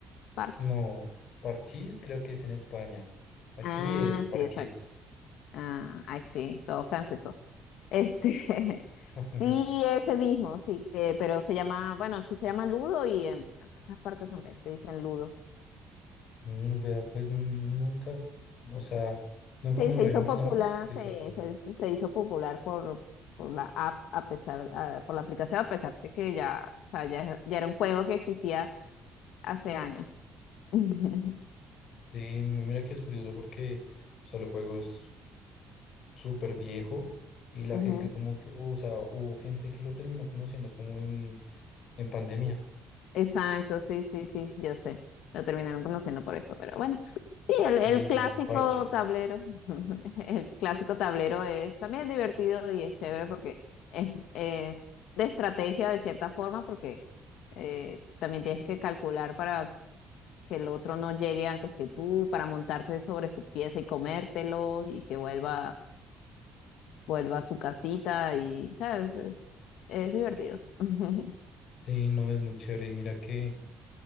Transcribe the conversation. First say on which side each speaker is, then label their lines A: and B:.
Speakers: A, on the left; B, on the left.
A: parche.
B: No, Parchís creo que es en España. Aquí
A: Ah,
B: es Parqués.
A: sí, exacto. Ah, ay, sí, todos francesos. Este, <laughs>
B: <laughs>
A: sí, ese mismo, sí, que, pero se llama, bueno, aquí se llama Ludo y en, muchas partes también le dicen Ludo.
B: Mm, vea, pues nunca, s- o sea, nunca
A: Sí,
B: me hubiera
A: se hizo
B: imaginado
A: popular,
B: que
A: se,
B: será lo...
A: se, se hizo popular por, por la app, a pesar, ah, por la aplicación, a pesar de que ya, o sea, ya, ya era un juego que existía hace años. <laughs>
B: Sí, mi- mira que es curioso porque, o sea, el juego es súper viejo y la
A: Ujú.
B: gente como que, o sea, hubo gente que lo terminó conociendo como en, en pandemia
A: Exacto, sí, sí, sí, yo sé. Lo terminaron conociendo por eso, pero bueno. Sí, el,
B: y
A: el
B: le dicen
A: clásico
B: parchis.
A: tablero. <laughs> El clásico tablero es también divertido y es chévere porque es, es de estrategia de cierta forma, porque eh, también tienes que calcular para que el otro no llegue antes que tú, para montarte sobre su pieza y comértelo y que vuelva, vuelva a su casita y, ¿sabes? Es, es divertido. <laughs>
B: Sí, no, es muy chévere y mira que